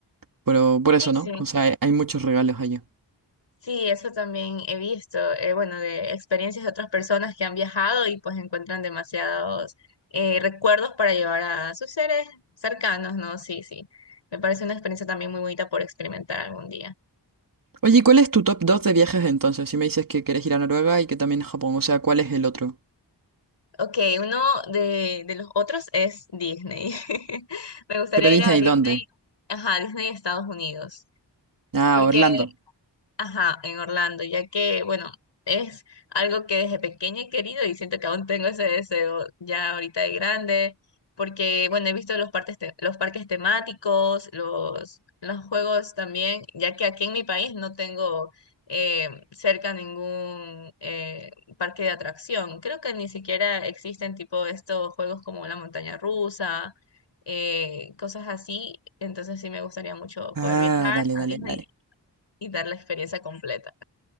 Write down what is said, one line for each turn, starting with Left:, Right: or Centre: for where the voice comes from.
Right: Pero por eso,
Left: Sí, sí.
Right: ¿no? O sea, hay hay muchos regalos allá.
Left: Sí, eso también he visto, eh, bueno, de experiencias de otras personas que han viajado y pues encuentran demasiados eh, recuerdos para llevar a sus seres cercanos, ¿no? Sí, sí. Me parece una experiencia también muy bonita por experimentar algún día.
Right: Oye, ¿y ¿cuál es tu top 2 de viajes entonces? Si me dices que querés ir a Noruega y que también a Japón, o sea, ¿cuál es el otro?
Left: Ok, uno de, de los otros es Disney. <laughs> Me gustaría
Right: Pero Disney,
Left: ir a Disney,
Right: ¿dónde?
Left: ajá, Disney Estados Unidos.
Right: Ah,
Left: Porque,
Right: Orlando.
Left: ajá, en Orlando, ya que, bueno, es algo que desde pequeña he querido y siento que aún tengo ese deseo ya ahorita de grande, porque, bueno, he visto los parques, te- los parques temáticos, los, los juegos también, ya que aquí en mi país no tengo eh, cerca ningún eh, parque de atracción. Creo que ni siquiera existen tipo estos juegos como la montaña rusa. eh, cosas así, entonces sí me gustaría mucho
Right: Ah,
Left: poder viajar
Right: dale,
Left: a
Right: dale,
Left: Disney
Right: dale.
Left: y dar la experiencia completa.